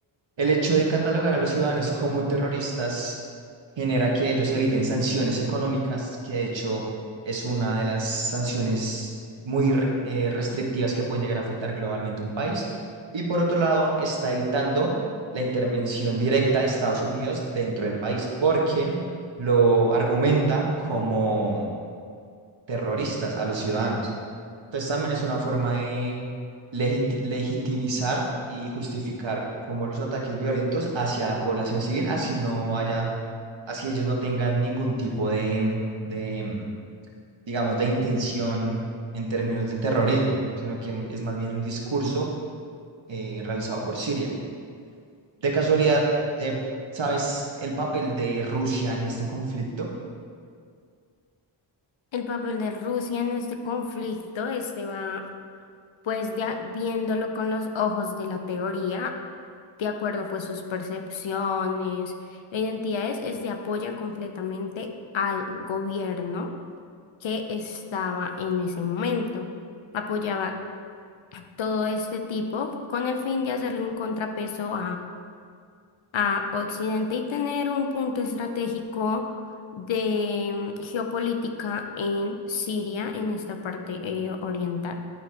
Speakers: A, on the right; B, on the left.
A: el hecho de catalogar a los ciudadanos como terroristas genera que ellos eviten sanciones económicas, que de hecho es una de las sanciones muy re- eh, restrictivas que pueden llegar a afectar globalmente a un país. Y por otro lado, está evitando la intervención directa de Estados Unidos dentro del país, porque lo argumenta como terroristas a los ciudadanos. Entonces también es una forma de legiti- legitimizar y justificar como los ataques violentos hacia la población civil, así no haya, así ellos no tengan ningún tipo de, de, digamos, de intención en términos de terrorismo, sino que es más bien un discurso eh, realizado por Siria. De casualidad, eh, ¿sabes el papel de Rusia en este conflicto?
B: El papel de Rusia en este conflicto, este va Pues ya viéndolo con los ojos de la teoría, de acuerdo pues sus percepciones e identidades, es de apoya completamente al gobierno que estaba en ese momento. Apoyaba todo este tipo con el fin de hacerle un contrapeso a Occidente y tener un punto estratégico de mm, geopolítica en Siria, en esta parte eh, oriental.